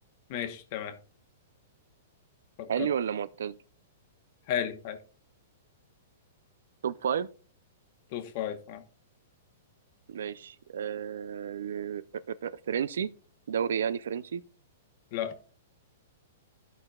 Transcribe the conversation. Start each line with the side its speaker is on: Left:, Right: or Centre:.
Left: ماشي تمام
Right: <laughs>
Left: فكر
Right: حالي ولا معتزل
Left: حالي حالي
Right: توب فايف
Left: توب فايف آه.
Right: ماشي آه... فرنسي دوري يعني فرنسي
Left: لا